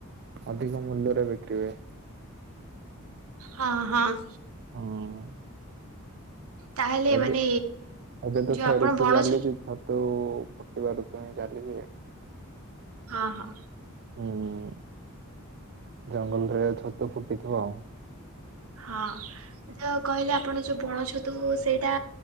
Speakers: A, on the right; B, on the right.
A: ଅଧିକ ମୂଲ୍ୟରେ ବିକ୍ରିହୁଏ।
B: ହଁ ହଁ।
A: ହଁ।
B: ତାହେଲେ
A: ଏ
B: ମାନେ
A: ଏବେ ତ
B: ଯୋଉ
A: ସିଆଡକୁ
B: ଆପଣ ବଣ
A: ଚାଲିଚି
B: ଛତୁ
A: ଛ ଆଉ ଫୁଟିବାର ହିଁ ଚାଲିଚି ଯେ।
B: ହଁ ହଁ।
A: ହୁଁ ଜଙ୍ଗଲରେ ଛତୁ ଫୁଟିଥିବ ଆଉ।
B: ହଁ। କହିଲେ ଆପଣ ଯଉ ବଣ ଛତୁ ସେଇଟା